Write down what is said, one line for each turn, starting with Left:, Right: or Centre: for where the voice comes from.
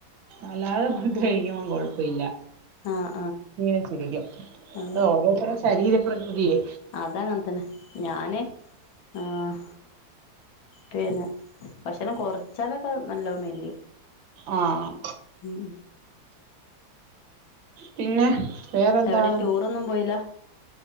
Right: അല്ലാതെ ഫുഡ് കഴിക്കുമ ഴപ്പില്ല
Left: ആഹ്
Right: ഇങ്ങനെ ചിരിക്കും
Left: ആഹ്
Right: അ ഓരോത്തരെ ശരീര പ്രകൃതിയെ
Left: അത അങ്ങനെ തന്നെ ഞാന് ആഹ് പിന്നെ ഭക്ഷണം കുറച്ചാലൊക്കെ നല്ലോമ്മേലും
Right: ആഹ്
Left: ഉം
Right: പിന്നെ വേറെന്താണ്
Left: എവിടെേയും ടൂർ ഒന്നും പോയില്ല